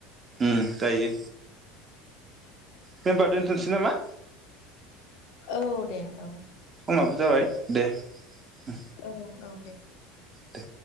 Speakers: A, on the right (about 30°); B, on the left (about 65°).
A: उम जायो। दे होनबा दोन्थनोसै नामा?
B: औ दे औ
A: समाबो जाबाय। दे ओ
B: औ औ दे
A: दे